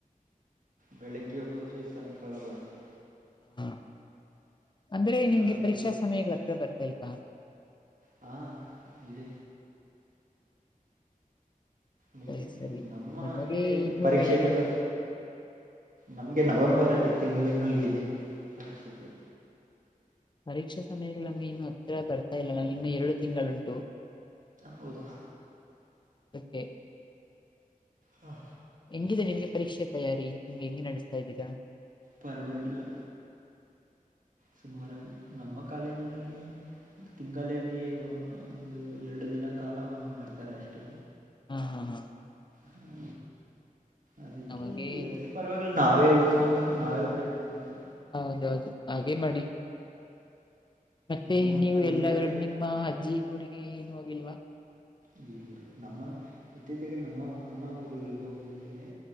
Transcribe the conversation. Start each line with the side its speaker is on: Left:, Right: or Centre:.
Right: ಬೆಳಿಗ್ಗೆ ಹೋಗೋದರೆ ಸಾಯಂಕಾಲ ಬರೋದು
Left: ಹ ಅಂದ್ರೆ ನಿಮ್ಗೆ
Right: ಕಾಲೇಜಿರು
Left: ಪರೀಕ್ಷಾ ಸಮಯಗಳ ಹತ್ರ ಬರ್ತಲ್ವಾ
Right: ಹಾ ಇದೆ ನಿಂಗೆ
Left: ಸರಿ ಸರಿ
Right: ನಮ್ಮೆ
Left: ನಮಗೆ ಇನ್ನುೂ
Right: ಪರೀಕ್ಷೆೆಗೆಲ್ಲ
Left: ಎರಡು
Right: ನಮ್ಗೆ ನವೆಂಬರ್ ತಿಂಗಳಿನಲ್ಲಿ ಇದೆ ಪರೀಕ್ಷೆಗಳು
Left: ಪರೀಕ್ಷಾ ಸಮಯಗಳು ನಮಗೆ ಇನ್ನುೂ ಹತ್ತತ್ರ ಬರ್ತಾ ಇಲ್ಲಲ್ಲ ನಿಮ್ಮ ಎರಡು ತಿಂಗಳುಂಟು
Right: ಹೌದಾ
Left: ಅಕ್ಕೆೆ
Right: ಹಾಂ
Left: ಹೆಂಗಿದೆ ನಿಮ್ಗೆ ಪರೀಕ್ಷೆ ತಯಾರಿ ನಿಮ್ಗೆ ಹೆಂಗಗೆ ನಡೆಸ್ತಾ ಇದ್ದೀರಾ
Right: ಪರ್ವಾಗಿವಾಗಿಿಲ್ಲ ಸುಮಾರುಾಗಿ ನಮ್ಮ ಕಾಲೇಜಿನಲ್ಲಿ ತಿಂಗಳಿಗೆ ಒಂದು ಎರಡು ದಿನ ಕಾಲ ಮಾಡ್ತಾರೆ ಅಷ್ಟೆ
Left: ಹಾ ಹಾ ಹಾ
Right: ಹ್ಮ ಅದಕ್ಕೆ
Left: ನಮಗೆ
Right: ಎಲ್ಲಿ ಪರವಾಗಿಲ್ಲ ನಾವೇ ಓದ್ ಇಕೊಬೇಕು ನಾವೇ ಬರಬೇಕು್ದ
Left: ಹೌದೌದು ಹಾಗೆ ಮಾಡಿ ಮತ್ತೆ
Right: ನಿಮ್ಮ
Left: ನೀವು
Right: ಕಾಲೇಜಿನಲ್ಲಿ
Left: ಎಲ್ಲಾದೂ ನಿಮ್ಮ ಅಜ್ಜಿ ಊರಿಗೆ ಏನು ಹೋಗಲ್ವಾ
Right: ಇ ನಮ್ಮ ಇತ್ತಚೆಗೆ ನಮ್ಮ ಮಾಮವರವ್ರಿಗೆ ಹೋಗಿದ್ದೇವೆ